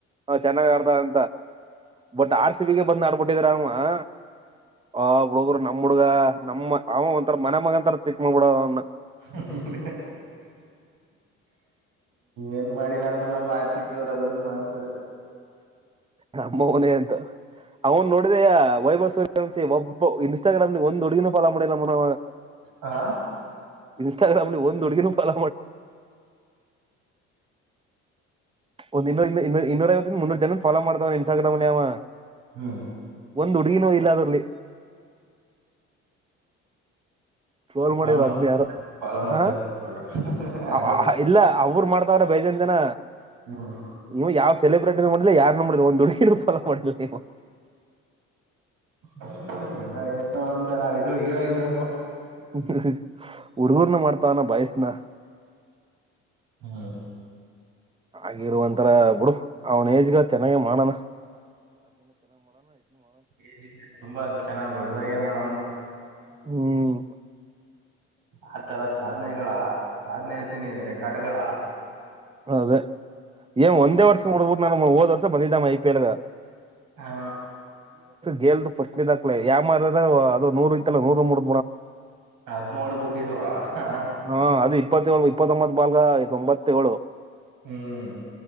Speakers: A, on the right; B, on the right.
A: ಹ ಚೆನ್ನಾಗ್ ಪ್ರಾರ್ಥನಾ ಅಂತ ಬಟ್ ಆರ್ ಸಿ ಬಿಿಗೆ ಬಂದ್ ಆಡ್ಬಿಟ್ಟಿದ್ರ ಅ ಆ್ ಬುಡು ಗುರು ಹುಡಗ ನಮ್ಮ ಹುಡ್ಗ ನಮ್ಮ ಅವ ಒಂತರ ಮನೆ ಮಗ ಅಂತಾ ಟ್ರೀಟ್ ಮಾಡಬಿಟ್ಟಾರ ಅವ್ನ
B: ಹ್ಮ ಏನ್ ಮಾಡಿಲ್ಲಾ ಅಂದ್ರು ನಮ್ಮ ಆರ್ಸಿಬಿ ಅವರು ನಾ ಮಾಡ್ಸಿದ ಅವ್ರ ಅದೊಂದ ಮಾಡ್ತಾರೆ
A: ನಮ್ಮ ಮನ ಅಂತ ಅವನ್ ನೋಡಿದಯ ವೈಭವ್ ಸೂರ್ಯವಂಶಿ ಒಬ್ಬ ಇನ್ಸ್ಟಾಗ್ರಾಮ್ ಒಂದ್ ಹುಡುಗಿನ ಫಾಲೋ ಮಾಡಿಲ್ಲ ಮನು
B: ಹ
A: ಇನ್ಸ್ಟಾಗ್ರಾಮ್ ಲೀ ಒಂದು ಹುಡುಗಿ <inaudible> ಪಲ ಒಂದ ಇ ಇ ಇನ್ನೂರ ವ ಮುನ್ನೂರು ಜನ ಫಾಲೋ ಮಾಡ್ತವ ಇನ್ಸ್ಟಾಗ್ರಾಮ ಯ ಅವ
B: ಹ್ಮ
A: ಒಂದು್ ಹುಡುಗಿನೋ ಇಲ್ಲ ಅದ್ರಲ್ಲಿ ಸೋಲ್ ಮಾಡಿದ್ರು
B: ಅವನು
A: ಅದ್ನ್ ಯಾರೊ
B: ಫಾಲೋ
A: ಹ
B: ಮಾಡ್ತಾರೆ ಇವಾಗ ಅದು
A: ಹ ಹ ಇಲ್ಲ ಅವ್ರ್ ಮಾಡ್ ತುಂಬಾ ಅವ್ರೆ ಬೇಜಾನ್ ಜನ
B: ಹ್ಮ್
A: ಇವ್ ಯಾವ್ ಸೆಲೆಬ್ರಿಟಿ ಇಲ್ಲೇ ಯಾರ್ನು ಮಾಡಿಲ್ಲ ಒಂದುಡುಗಿನು ಫಾಲೋ ಮಾಡಿಲ್ಲ ನೀ.
B: ಹ್ಮ್ ಅಣ್ಣ ಏನೊ ಒಂತರ ಇದು ಹೀರೋಯಿಸ್ಮ್.
A: ಹಃ ಹ ಹುಡ್ಗುರುನು ಮಾಡ್ತಾವ್ನ ಬಯಸ್ನ.
B: ಹಾ
A: ಆಗಿರುವಂತರ ಬಿುಡು ಅವನ ಏಜ್ಗ ಚೆನ್ನಾಗ ಮಾಡಣ.
B: ಏ ತುಂಬಾ ಚೆನ್ನ ದೊಡ್ಡದಾಗೆ ಮಾಡವ್ನೆ.
A: ಹ್ಮ್
B: ಆ ತರ ಸಾದ್ನೆಗಳ ಸಾಧನೆ ಅಂತೀನಿ ರೆಕಾರ್ಡ್ಗಳ.
A: ಅದೇ ಏನ್ ಒಂದೇ ವರ್ಷ <unintelligible> ನ ಓದ್ ವರ್ ಬಂದಿದ್ದಮ್ಮ ಐ ಪಿ ಎಲ್ಗ್.
B: ಹಾ
A: ಗೆಲ್ದು ಫಸ್ಟ್ನೇ ದಕ್ಲೆ ಅಮರ್ದ್ರೆ ಅದು ನೂರು ಇತ್ತ ನೂರು ಮೂರು.
B: ಅದನ್ ಹೊಡ್ದು ಬುಟಿವ್ ಹ.
A: ಹಾ ಅದು ಇಪ್ಪತ್ತೇಳು ಇಪ್ಪತ್ತೊಂಬತ್ತು ಬಲ್ಗ್ ತೊಂಬತ್ತೇಳು.
B: ಹ್ಮ್